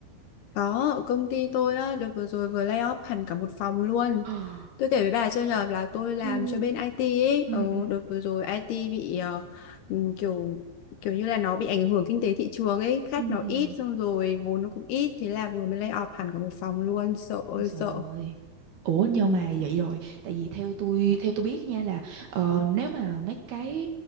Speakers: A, on the left; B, on the right.
A: Có, ở công ty tôi á, đợt vừa rồi vừa lay off hẳn cả một phòng luôn.
B: <sighs>
A: Tôi kể với bà chưa nhờ là tôi làm
B: Ừ.
A: cho bên IT ấy.
B: Ừ,
A: Ờ, đợt vừa rồi IT bị ờ, ừm, kiểu kiểu như là nó bị ảnh hưởng kinh tế thị trường ấy. Khách
B: ừ,
A: nó
B: ừ. ừ.
A: ít xong rồi vốn nó cũng ít. Thế là vừa mới lay off hẳn cả một phòng luôn. Sợ ơi
B: Ôi Trời
A: sợ.
B: ơi. Ủa nhưng
A: Ừ.
B: mà vậy rồi, tại vì theo tôi theo tôi biết nha là ờ, nếu mà mấy cái